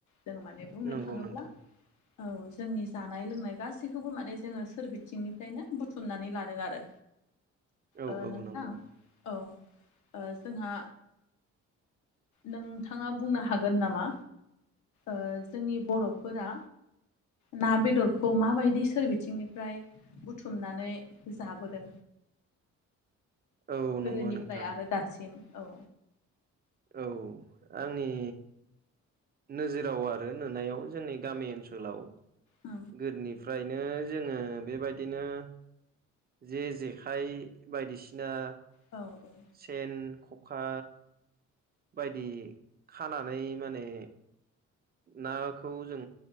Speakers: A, on the left; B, on the right.
A: जोङो माने बुंनो
B: नंगौ
A: थाङोब्ला
B: नोंथां
A: औ जोंनि जानाय लोंनाय गासैखौबो माने जोङो सोर बिथिंनिफ्रायनो बुथुमनानै लादों आरो
B: औ
A: ओ-
B: औ
A: नोंथां।
B: नंगौ
A: औ ओ-जोंहा नोंथाङा बुंनो हागोन नामा ओ-जोंनि बर'फोरा ना बेदरखौ माबायदि सोर बिथिंनिफ्राय बुथुमनानै जाबोदों
B: औ नंगौ
A: गोदोनिफ्राय
B: नोंथां
A: आरो दासिम औ।
B: औ आंनि नोजोराव आरो नुनायाव जोंनि गामि ओनसोलाव
A: औ
B: गोदोनिफ्रायनो जोङो बेबायदिनो जे जेखाइ बायदिसिना
A: औ औ
B: सेन ख'खा बायदि खानानै माने नाखौ जों